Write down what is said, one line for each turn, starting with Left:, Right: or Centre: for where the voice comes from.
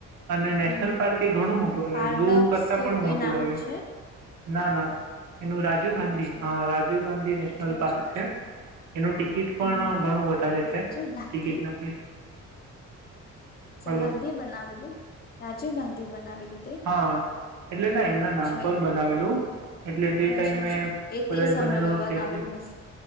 Right: અને નેશનલ
Left: હમ હમ
Right: પાર્ક એ ઘણું મોટું આવે
Left: પારડક્સ
Right: ઝુ કરતા
Left: કેવું
Right: પણ
Left: કઈ
Right: મોટું
Left: નામ
Right: આવે
Left: છે
Right: ના ના એનું રાજીવ ગાંધી
Left: અચ્છા
Right: હા
Left: એ.
Right: રાજીવ ગાંધી નેશનલ
Left: અચ્છા અચ્છા
Right: પાર્ક
Left: અચ્છા.
Right: છે, એનું ટિકિટ પણ
Left: હમ
Right: ઘણું વધારે
Left: રાજીવ
Right: છે ટિકિટ
Left: ગાંધી
Right: ના પૌસા
Left: સર
Right: હલો
Left: ગાંધી એ બનાવેલું રાજીવ ગાંધી એ બનાવેલું તે
Right: હા, એટલે ના એમના
Left: અચ્છા
Right: નામ પર
Left: એટલે
Right: બનાવેલું એટલે તે
Left: અચ્છા
Right: ટાઈમે
Left: અચ્છા એ
Right: બધા
Left: તે સમયમાં
Right: જ બનેલો હશે
Left: બનાવેલું
Right: એટલે
Left: હશે